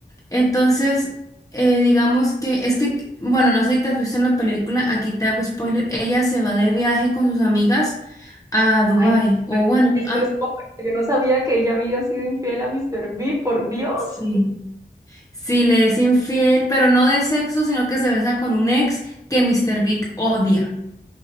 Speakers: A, on the left; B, on the right.
A: Entonces, eh, digamos que es que, bueno, no sé si te has visto en la película, aquí te hago spoiler, ella se va de viaje con sus amigas a Dubái,
B: Ay,
A: o bueno,
B: este
A: a-
B: es pobre, yo no sabía que ella había sido infiel a Mr. B, por Dios.
A: Sí. Sí, le es infiel, pero no de sexo, sino que se besa con un ex que Mr. Big odia.